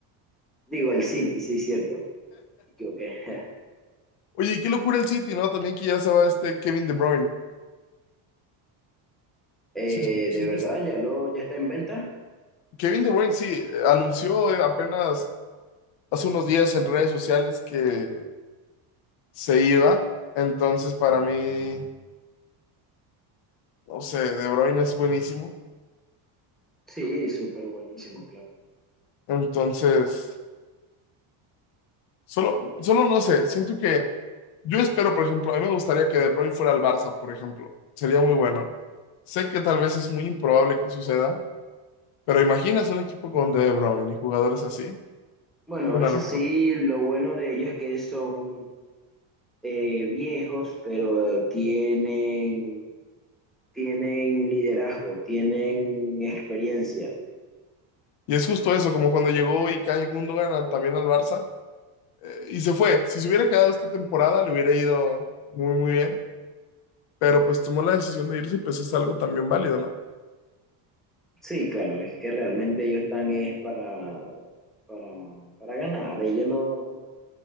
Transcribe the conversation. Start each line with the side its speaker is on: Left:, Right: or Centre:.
Centre: Digo, el City, sí, cierto. Me equivoqué. <laughs>
Left: Oye, y qué locura el City, ¿no? También que ya se va este Kevin De Bruyne.
Centre: Eh,
Left: ¿Sí, es- sí
Centre: de
Left: supiste?
Centre: verdad, ya lo, ya está en venta.
Left: Kevin De Bruyne, sí, eh, anunció eh, apenas hace unos días en redes sociales que se iba. Entonces, para mí, no sé, De Bruyne es buenísimo.
Centre: Sí, súper buenísimo, claro.
Left: Entonces, Solo, solo no sé, siento que yo espero, por ejemplo, a mí me gustaría que De Bruyne fuera al Barça, por ejemplo. Sería muy bueno. Sé que tal vez es muy improbable que suceda, pero imaginas un equipo con De Bruyne y jugadores así.
Centre: Bueno,
Left: Es una
Centre: eso
Left: locura.
Centre: sí, lo bueno de ellos es que son eh, viejos, pero tienen, tienen liderazgo, tienen experiencia.
Left: Y es justo eso, como cuando llegó Ilkay Gundogan a- también al Barça eh, y se fue. Si se hubiera quedado esta temporada, le hubiera ido muy, muy bien. Pero pues tomó la decisión de irse y pues es algo también válido, ¿no?
Centre: Sí, claro, es que realmente ellos están es para, para, para ganar. Ellos no,